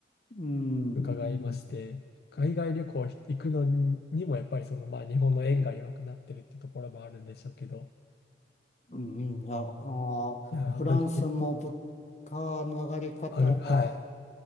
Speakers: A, on the left (about 40°); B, on the left (about 60°).
A: うん、
B: 伺いまして、海外旅行行くのに、にもやっぱりその、まあ、日本の円が弱くなってるってところもあるんでしょうけど、
A: うん、いや、あー、
B: いや、
A: フランスも物価の上がり方は、
B: あ本の、当に、えあ、はい、